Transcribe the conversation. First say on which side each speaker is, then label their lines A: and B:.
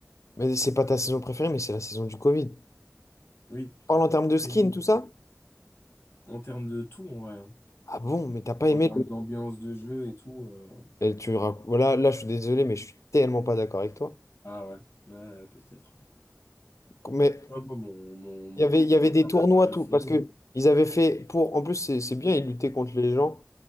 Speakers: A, on the left; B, on the left.
A: Mais c'est pas ta saison préférée, mais c'est la saison du Covid. Tu
B: Oui,
A: parles en termes de skins,
B: oui, mais
A: tout ça?
B: en termes de tout, en vrai, hein.
A: Ah bon, mais t'as pas aimé
B: En termes
A: le...
B: d'ambiance de jeu et tout. euh,
A: Et tu rac- Voilà, là, je suis désolé, mais je suis tellement pas d'accord avec toi.
B: Ah ouais, ouais, peut-être.
A: Mais
B: Non, moi, mon, mon,
A: Il y avait,
B: mon
A: il y avait des
B: période
A: tournois,
B: préférée.
A: tout, parce que ils avaient fait pour. En plus, c'est c'est bien, ils luttaient contre les gens,